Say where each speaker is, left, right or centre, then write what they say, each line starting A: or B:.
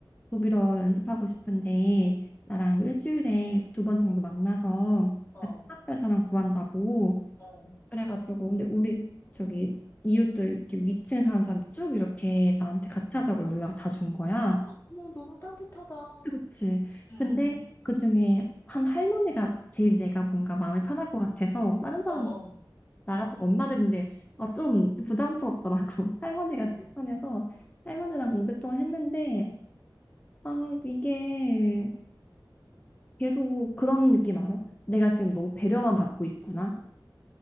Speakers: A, on the left; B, on the left.
A: 독일어 연습하고 싶은데 나랑 일주일에 두 번 정도 만나서
B: 어,
A: 같이 수업할 사람 구한다고
B: 어,
A: 그래가지고 근데 우리 저기 이웃들 이렇게 위층에 사는 사람 쭉 이렇게 나한테
B: 어.
A: 같이 하자고 연락을 다 준 거야.
B: 어머, 너무 따뜻하다.
A: 그치 그치.
B: 응
A: 근데 그중에 한 할머니가 제일 내가 뭔가 마음이 편할 것 같아서 다른 사람
B: 어, 어,
A: 나 같은 엄마들인데 아, 좀 부담스럽더라고. <laughs> 할머니가
B: 어.
A: 제일 편해서 할머니랑 오랫동안 했는데 아 이게 계속 그런 느낌 알아? 내가 지금 너무 배려만 받고 있구나.